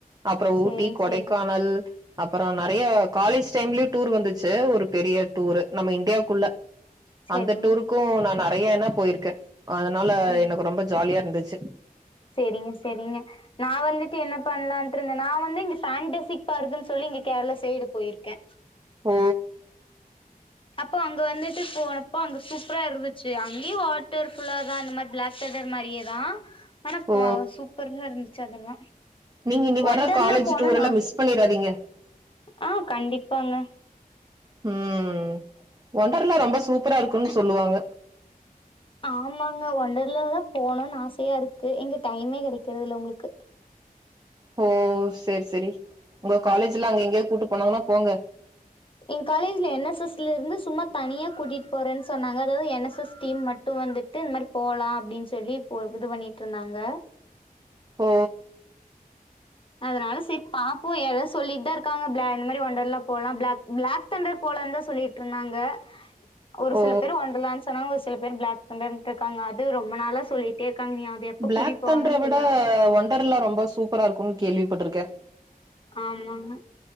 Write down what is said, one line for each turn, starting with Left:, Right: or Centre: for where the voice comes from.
Right: அப்புறோ
Left: செரிங்க
Right: ஊட்டி கொடைக்கானல்
Left: செரிங்க
Right: அப்புறொ நறைய காலேஜ் டைம்லயும் டூர் வந்துச்சு ஒரு பெரிய டூரு நம்ம இந்தியாக்குள்ள
Left: செரிங்க
Right: அந்த டூருக்கூ நா நறையான்னா போயிருக்கே அதனால
Left: ம்
Right: எனக்கு ரொம்ப ஜாலியா இருந்துச்சு
Left: சேரிங்க சேரிங்க நா வந்துட்டு என்ன பண்லான்ட்டு இருந்தனா நா வந்து இங்க ஃபேண்டசிக் பார்க்குன் சொல்லி இங்க கேர்ளா சைடு போயிருக் கே
Right: ஓ
Left: அப்போ அங்க வந்துட்டு போனப் ப்போ அங்க சூப்பரா இருந்துச்சு அங்கேயே வாட்டர் ஃபுல்லா தா இந்த மாரி பிளாக் தன்டர் மாரியேதா ஆனா பா
Right: ஓ
Left: சூப்பரா இருந்துச்சு அதெல்லா
Right: நீங்க இனி வர
Left: ஒண்டர்லா
Right: காலேஜ்
Left: போணுன்னு
Right: டூர் எல்லாம்
Left: ஆச
Right: மிஸ் பண்ணீறாதீங்க
Left: ஆ கண்டிப்பாங்க
Right: ம் ஒண்டர்ல்லா ரொம்ப சூப்பரா இருக்குன்னு சொல்லுவாங்க
Left: ஆமாங்க ஒண்டர்ல தா போனுன்னு ஆசையா இருக்கு எங்க டைமே கெடைக்கிறது இல்ல உங்களுக்கு
Right: ஓ சேரி சேரி உங்க காலேஜ்லா அங்க எங்கயாவ்து கூட்டு போனாங்கன்னா போங்க
Left: என் காலேஜ்ல என் எஸ் எஸ்ல இருந்து சும்மா தனியா கூட்டிட் போறேன்னு சொன்னாங்க அதாவ்து என் எஸ் எஸ் டீம் மட்டும் வந்துட்டு ட்டு இந்த மாரி போலா அப்டின் சொல்லி இப்போ இது பண்ணிகிட்ருந்தாங்க
Right: ஓ
Left: அதனால செரி பாப்போ ஏதோ சொல்லிகிட் தா இருக்காங்க பிளா இந்த மாரி ஒண்டர்லா போலா பிளாக் பிளாக் தண்டர் போலன்தா சொல்லிகிட்ருந்தாங்க ஒரு
Right: ஓ
Left: சில பேர் ஒன்டர்லான் சொன்னாங்க ஒரு சில பேர் பிளாக் தண்டர்னுட்ருக்காங்க அது ரொம்ப நாளா சொல்லிகிட்டே இருக்காங்க நீ அது எப்ப
Right: பிளாக்
Left: கூட்டிட்டு போவாங்கன்னு
Right: தண்டர விட
Left: தெரியல
Right: ஒண்டர்ல்லா ரொம்ப சூப்பரா இருக்குன்னு கேள்விப்பட்ருக்கே
Left: ஆமாங்க